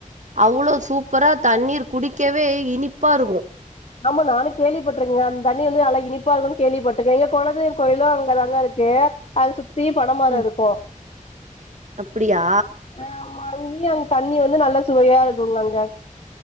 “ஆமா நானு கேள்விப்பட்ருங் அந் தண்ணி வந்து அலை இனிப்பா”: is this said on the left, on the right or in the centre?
Left